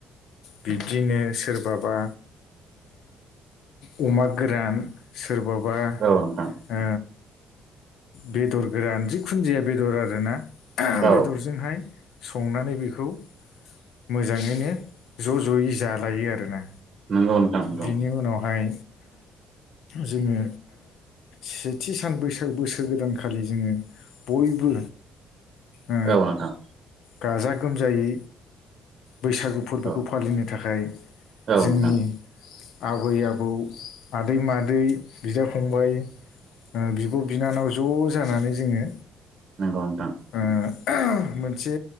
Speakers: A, on the left (about 75°); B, on the right (about 40°).
A: बिब्दिनो सोरबाबा ओ अमा गोरान सोरबाबा
B: औ नोंथां
A: ओ बेदर गोरान जिखुुनु जाया बेदर आरोना
B: औ
A: बेदरजोंहाय संनानै बेखौ मोजाङैनो ज' ज'यै जालायो आरोना।
B: नंगौ नोंथां नंगौ
A: बिनि उनावहाय जोङो सेथि सान बैसाग बोसोर गोदानखालि जोङो बयबो ओ
B: औ नोंथां।
A: गाजा गोमजायै बैसागु फोरबोखौ
B: औ
A: फालिनो थाखाय
B: औ
A: जोंनि
B: नोंथां
A: आबै आबौ आदै माद दै बिदा फंबाय बिब' बिनानाव ज' जानानै जोङो
B: नोंगौ नोंथां।
A: ओ मोनसे